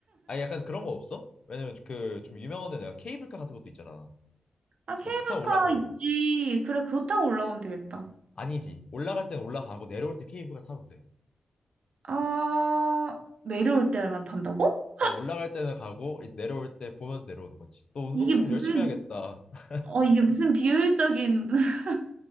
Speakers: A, on the left (about 50°); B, on the right (about 65°).
A: 아니, 약간 그런 거 없어? 왜냐면 그 좀 유명한 데 내가 케이블카 같은 것도 있잖아.
B: 아,
A: 그거
B: 케이블카
A: 타고 올라가라고.
B: 있지. 그래, 그거 타고 올라오면 되겠다.
A: 아니지. 올라갈 때는 올라가고 내려올 때 케이블카 타면 돼.
B: 아, 내려올 때만 탄다고?
A: 어, 올라갈 때는 가고 이제 내려올 때 보면서 내려오는 거지. 또 운동
B: 이게
A: 좀
B: 무슨,
A: 열심히 해야겠다. <laughs>
B: 어, 이게 무슨 비효율적인. <laughs>